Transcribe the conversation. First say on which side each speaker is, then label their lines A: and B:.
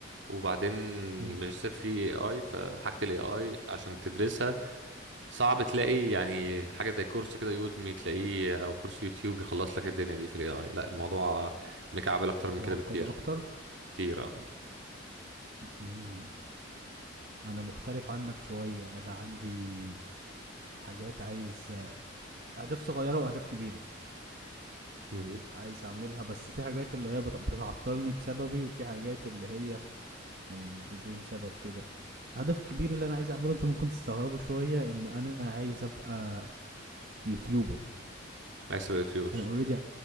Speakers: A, on the right; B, on the right.
A: وبعدين
B: امم
A: الماجستير فيه اي اي فحاجه الاي اي عشان تدرسها صعب تلاقي يعني حاجه زي كورس كده يودمي تلاقيه او كورس يوتيوب يخلص لك الدنيا دي في الاي اي لا الموضوع مكعبل اكتر من
B: معقده
A: كده بكتير
B: اكتر
A: كتير اه
B: امم انا مختلف عنك شويه انا عندي حاجات عايز اهداف صغيره واهداف كبيره
A: امم
B: عايز اعملها بس في حاجات اللي هي بت- بتعطلني بسببي وفي حاجات اللي هي من بدون سبب كده الهدف الكبير اللي انا عايز اعمله انت ممكن تستغربه شويه ان انا عايز ابقى يوتيوبر
A: عايز تبقى يوتيوبر
B: انا اوريدي